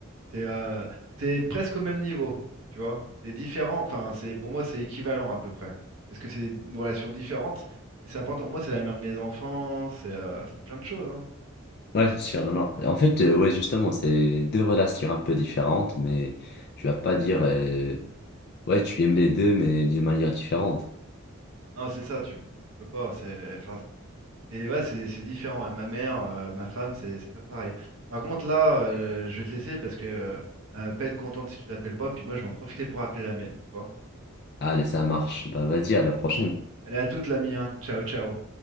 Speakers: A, on the right (about 80°); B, on the left (about 50°).
A: C'est euh, c'est presque au même niveau, tu vois. C'est différent, enfin, c'est pour moi, c'est équivalent à peu près. Parce que c'est une relation différente, mais c'est important. Moi, c'est la mère de mes enfants, c'est euh, c'est plein de choses. hein.
B: Ouais, c'est sûr, non, non. En fait, euh, ouais, justement, c'est deux relations un peu différentes, mais tu vas pas dire, euh, ouais, tu aimes les deux, mais d'une manière différente.
A: Non, c'est ça, tu, tu peux pas. C'est enfin, c'est- ouais, c'est c'est différent. Et Ma mère, euh, ma femme, c'est c'est pas pareil. Par contre, là, euh, je vais te laisser parce que euh, elle va pas être contente si tu l'appelles pas. Puis moi, je vais en profiter pour appeler la mienne, tu vois.
B: Allez, ça marche. Bah, vas-y, à la prochaine.
A: Allez, à toute, l'ami, hein. Ciao, ciao.